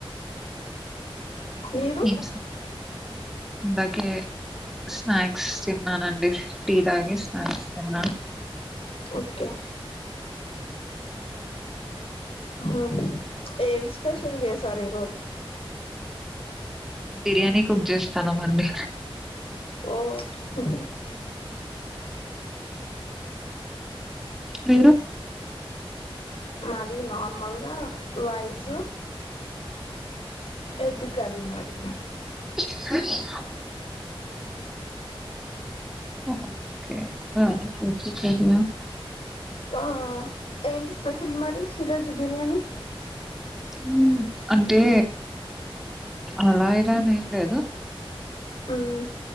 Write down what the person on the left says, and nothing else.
మీరు
ఓకే ఊహ్మ్ ఏం స్పెషల్ చేసారు ఈ రోజు
ఓ హ్మ్
మాది నార్మల్గా రైస్ ఎగ్ కర్రీ మాది
ఆ ఏంటి స్పెషల్ మరి షిరోజు బిర్యానీ
ఉమ్